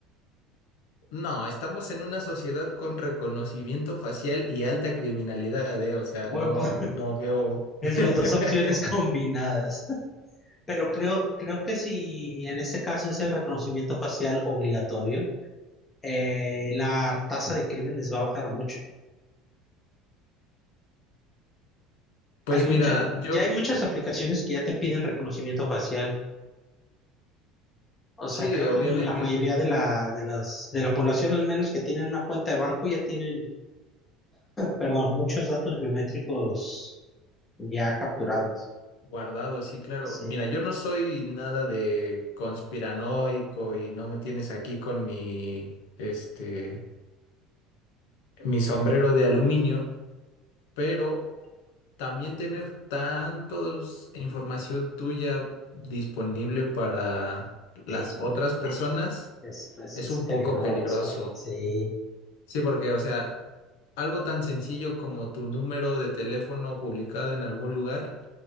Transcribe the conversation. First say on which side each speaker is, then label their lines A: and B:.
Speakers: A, on the left; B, on the left.
A: no, estamos en una sociedad con reconocimiento facial y alta criminalidad, ¿eh? O sea,
B: Buen
A: no,
B: pu- <laughs>
A: no veo.
B: es las dos
A: <laughs>
B: opciones <laughs> combinadas. Pero creo, creo que si en este caso es el reconocimiento facial obligatorio, eh, la tasa de crímenes va a bajar mucho.
A: Pues
B: Hay mucha-
A: mira, yo,
B: ya hay muchas aplicaciones que ya te piden reconocimiento facial. O
A: sí,
B: sea, creo
A: obviamente,
B: que la mayoría de la, de las, de la población, al menos que tienen una cuenta de banco, ya tienen, perdón, muchos datos biométricos ya capturados.
A: guardado, sí, claro.
B: Sí,
A: Mira, yo no soy nada de conspiranoico y no me tienes aquí con mi, este, mi sombrero de aluminio, pero también tener tantos información tuya disponible para las
B: sí,
A: otras personas
B: es, pues
A: es
B: es
A: un
B: peligroso,
A: poco peligroso.
B: sí,
A: Sí, porque, o sea, algo tan sencillo como tu número de teléfono publicado en algún lugar,